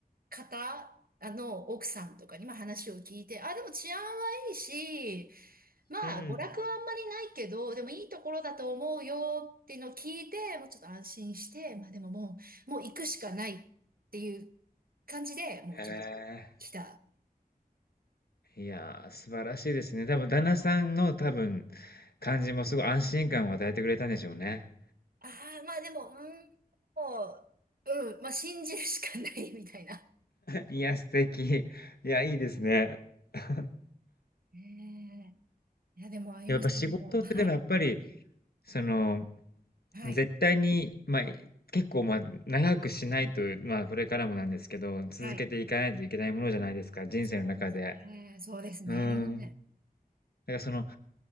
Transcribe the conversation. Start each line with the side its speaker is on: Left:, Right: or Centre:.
Right: 方、あの、奥さんとかにも話を聞いて、あ、でも治安はいいし、まあ、
Left: うん。
Right: 娯楽はあんまりないけど、でもいいところだと思うよっていうのを聞いて、もうちょっと安心して、まあでももう、もう行くしかないっていう感じで、もうちょっとこう、
Left: へえ。
Right: 来た。
Left: いやー、素晴らしいですね。多分、旦那さんの多分、感じもすごい安心感を与えてくれたんでしょうね。
Right: ああ、まあでも、うん、もう、うん、まあ信じるしかないみたいな。
Left: いや、素敵。いや、いいですね。<laughs>
Right: ねえいや、でも、あゆむさんも、
Left: やっぱ仕事ってでもやっぱり、
Right: はい、
Left: その、
Right: はい、
Left: 絶対に、まあ、結構まあ、長くしないと、まあ、これからもなんですけど、続けていかないといけないものじゃないですか、
Right: はい。
Left: 人生の中で。
Right: そうですね。そうですね。
Left: うーん。だからその、